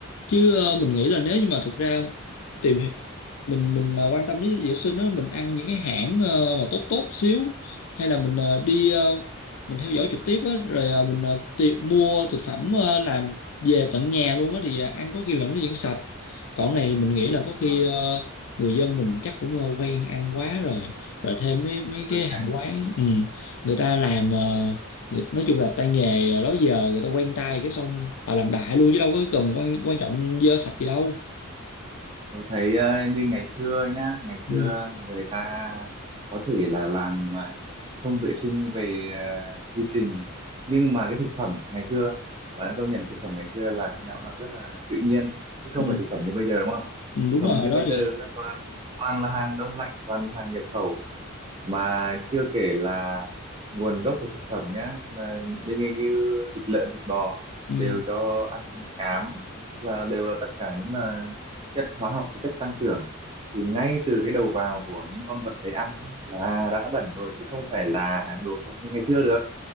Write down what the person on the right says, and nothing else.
Đúng
rồi,
tôi
thấy
Tôi thấy ờ, như ngày xưa nhá, ngày xưa
người ta có thể là làm ờ, không vệ sinh về ờ, quy trình nhưng mà cái thực phẩm ngày xưa bạn công nhận thực phẩm ngày xưa là khi nào cũng là rất là tự nhiên chứ không
phải thực phẩm như bây giờ đúng không?
Thực
phẩm
như
bây
giờ là toàn toàn là hàng đông lạnh, toàn hàng nhập khẩu mà chưa kể là nguồn gốc của thực phẩm nhá là bây giờ như thịt lợn thịt bò
đều cho ăn cám là đều là tất cả những là chất hóa học và chất tăng trưởng thì ngay từ cái đầu vào của những con vật đấy ăn ấy là đã bẩn rồi chứ không phải là đồ sạch như ngày xưa được